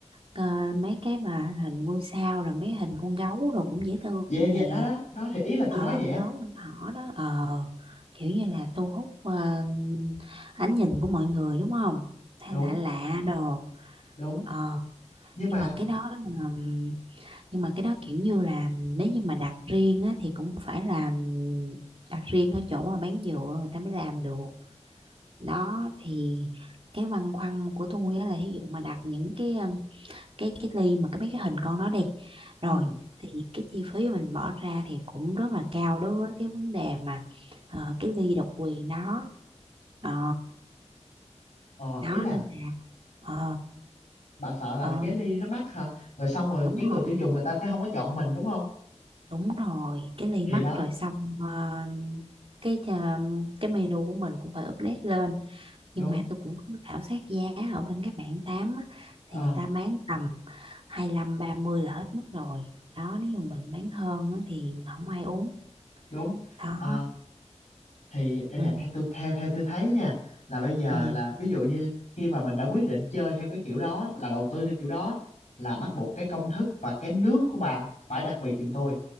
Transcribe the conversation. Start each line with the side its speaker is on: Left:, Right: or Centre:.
Right: ờ, mấy cái mà hình ngôi sao rồi mấy hình con gấu rồi cũng dễ thương
Left: dạ dạ
Right: nè
Left: đó đó đó thì ý là tôi
Right: ờ
Left: nói vậy
Right: con
Left: á
Right: gấu con thỏ đó ờ kiểu như là thu hút ờ, ánh nhìn của mọi người đúng không thay
Left: đúng
Right: lạ lạ đồ
Left: đúng
Right: ờ
Left: nhưng
Right: nhưng
Left: mà
Right: mà cái đó là nhưng mà cái đó kiểu như là nếu như mà đặt riêng á, thì cũng phải là đặt riêng ở chỗ mà bán dựa người ta mới làm được đó thì cái băn khoăn của tôi á, là ví dụ mà đặt những cái um, cái cái ly mà cái mấy cái hình con đó đi
Left: Ừ,
Right: rồi thì cái chi phí mình bỏ ra thì cũng rất là cao đối với cái vấn đề mà ờ, cái ly độc quyền đó Ờ,
Left: ờ,
Right: đó
Left: ý là
Right: nên là ờ
Left: bà sợ là
Right: ờ,
Left: cái ly nó mắc hả? Rồi xong rồi
Right: đúng
Left: cái
Right: rồi
Left: người tiêu dùng người ta sẽ không có chọn mình đúng không?
Right: đúng rồi cái ly
Left: Thì
Right: mắc
Left: đó,
Right: rồi xong ờ, cái à, cái menu của mình cũng phải update lên
Left: đúng,
Right: nhưng mà tôi cũng có khảo sát giá ở bên các bạn tám á,
Left: ờ,
Right: thì người ta bán tầm hai lăm ba mươi là hết mức rồi đó nếu mà mình bán hơn á, thì không ai uống
Left: đúng.
Right: đó
Left: Ờ, thì đây
Right: ừ.
Left: nè, theo tôi theo theo tôi thấy nha, là bây giờ
Right: Ừ.
Left: là ví dụ như khi mà mình đã quyết định chơi theo cái kiểu đó, là đầu tư theo kiểu đó, là bắt buộc cái công
Right: Ừ.
Left: thức và cái nước của bà phải đặc biệt giùm tôi.